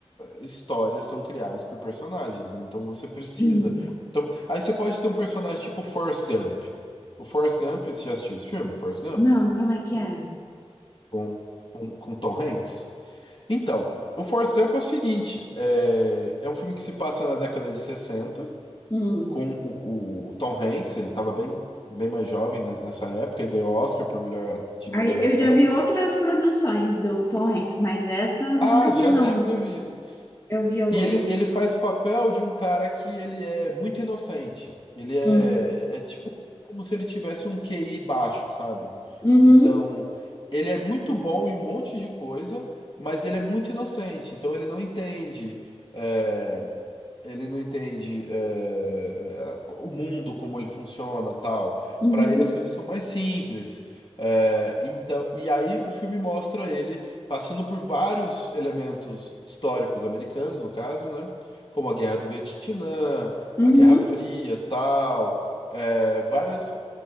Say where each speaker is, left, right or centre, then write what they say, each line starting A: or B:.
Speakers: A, on the left; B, on the left.
A: é, histórias são criadas por personagens, né? Então você precisa.
B: Hum,
A: Então, aí você pode ter um personagem tipo Forrest Gump. O Forrest Gump, você já assistiu esse filme? Forrest Gump?
B: Não, como é que é?
A: com, com, com Tom Hanks. Então, o Forrest Gump é o seguinte: é, é um filme que se passa na década de 60,
B: Hum.
A: com o, o Tom Hanks, ele estava bem, bem mais jovem né, nessa época, ele ganhou Oscar por melhor, de melhor
B: Aí,
A: ator.
B: eu já vi outras produções do Tom Hanks, mas essa eu nunca
A: Ah, já
B: vi, não.
A: deve ter visto.
B: Eu vi o.
A: E ele, ele faz o papel de um cara que ele é muito inocente. Ele é,
B: Hum.
A: é tipo como se ele tivesse um QI baixo, sabe?
B: Uhum,
A: Então, ele é muito bom em um monte de coisa, mas ele é muito inocente. Então, ele não entende. eh, ele não entende é, é, o mundo, como ele funciona, tal.
B: uhum,
A: Para ele as coisas são mais simples. É, então, e aí o filme mostra ele passando por vários elementos históricos americanos, no caso, né? Como a Guerra do Vietnã,
B: uhum,
A: a Guerra Fria, tal. É, várias,